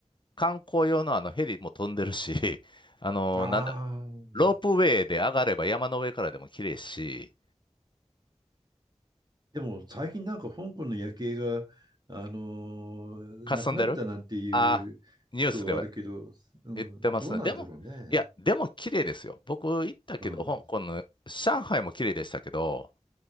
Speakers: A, on the left (about 40°); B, on the right (about 35°).
A: 観光用のあのヘリも飛んでるし、<laughs> あのなんだ、
B: ああ、
A: ロープウェイで上がれば山の上からでも綺麗し、
B: でも最近なんか香港の夜景が、あのーなくなったなんていうことはあるけど、
A: 霞んでるあニュースでは
B: うん、
A: 言ってますね。
B: どうなんだろうね。
A: でも、いや、でも綺麗ですよ。僕行ったけど、
B: うん。
A: 香港の、上海も綺麗でしたけど、